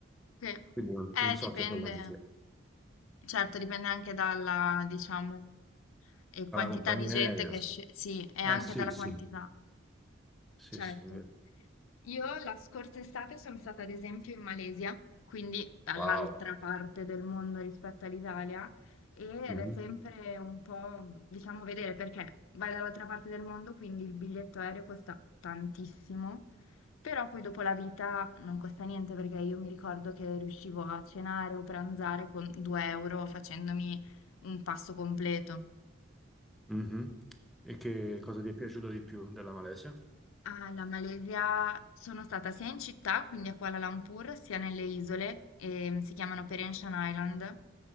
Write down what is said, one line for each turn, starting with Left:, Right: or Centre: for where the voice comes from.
Left: Sì.
Centre: Quindi non,
Left: Eh,
Centre: non so
Left: dipende,
Centre: che problema ci sia.
Left: certo, dipende anche dalla, diciamo, e quantità
Centre: Alla compagnia
Left: di gente
Centre: aerea.
Left: che esce, sì, e anche
Centre: Eh sì,
Left: dalla
Centre: sì,
Left: quantità.
Centre: sì,
Left: Certo.
Centre: sì. è vero.
Left: Io la scorsa estate sono stata ad esempio in Malesia, quindi dall'altra
Centre: Wow.
Left: parte del mondo rispetto all'Italia, ed
Centre: Mhm,
Left: è sempre un po', diciamo, vedere perché vai dall'altra parte del mondo, quindi il biglietto aereo costa tantissimo, però poi dopo la vita non costa niente perché io mi ricordo che riuscivo a cenare o pranzare con 2 euro facendomi un pasto completo.
Centre: mhm. E che cosa ti è piaciuto di più della Malesia?
Left: Alla Malesia sono stata sia in città, quindi a Kuala Lumpur, sia nelle isole, ehm, si chiamano Perhentian Island,